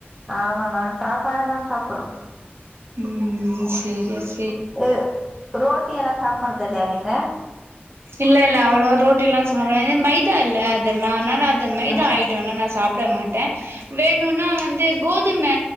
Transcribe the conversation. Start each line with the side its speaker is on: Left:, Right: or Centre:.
Centre: ஆமா நா சாப் பானா சாப்பறோம்
Right: உம் செரிஸ்
Centre: அ ரோட்டி எல்லாம் சாப்படுறது இல்லையா நீங்க
Right: இல்ல இல்ல அவ்ளவோ ரோட்டி எல்லாம் சாப்பிட ஏன்னா மைதா இல்ல அதெல்லாம் அதனால அது இந்த மைதா
Centre: ஆ
Right: ஐட்டொல்லா நான் சாப் ப்பட மாட்டேன் வேணுன்னா வந்து கோதும